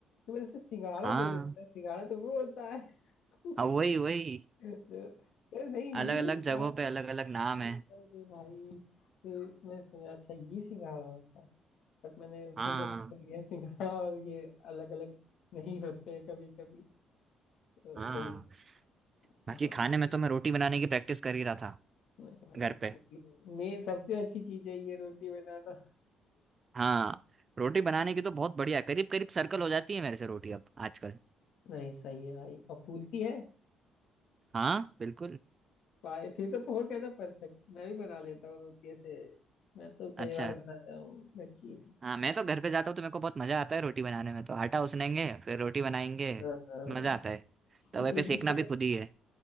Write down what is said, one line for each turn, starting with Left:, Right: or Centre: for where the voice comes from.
Left: तो मैंने जैसे सिंघाड़ा
Right: हाँ
Left: क्यों बोलता है सिंघाड़ा तो वो होता है <laughs>
Right: हाँ वही वही
Left: तो अरे नहीं
Right: अलग
Left: ये भी
Right: अलग
Left: सिंघाड़ा
Right: जगहों पे अलग अलग नाम है
Left: है। अरे भाई ये मैं समझा अच्छा ये सिंघाड़ा होता है बट मैंने उतनी
Right: हाँ
Left: देर से सीख लिया सिंघाड़ा और ये अलग अलग नहीं होते हैं कभी कभी तो
Right: हाँ
Left: वही हाँ
Right: बाकी खाने
Left: तो
Right: में तो मैं रोटी बनाने की प्रैक्टिस कर ही रहा था
Left: नहीं भाई
Right: घर पे
Left: मेन सबसे अच्छी चीज है ये रोटी बनाना
Right: हाँ रोटी बनाने की तो बहुत बढ़िया है करीब करीब सर्कल हो जाती है मेरे से रोटी अब आजकल
Left: नहीं सही है भाई और फूलती है
Right: हाँ बिल्कुल
Left: भाई फिर तो पोह है ना परफेक्ट मैं भी बना लेता हूँ रोटी ऐसे मैं तो
Right: अच्छा
Left: कई बार बनाया हूँ लेकिन
Right: हाँ मैं तो घर पे जाता हूँ तो मेरे को बहुत मजा आता है रोटी बनाने में तो आटा उसनेंगे फिर रोटी बनाएंगे
Left: हाँ, हाँ,
Right: मजा आता है तवे पे
Left: एक
Right: सेकना
Left: दिन तो
Right: भी खुद ही है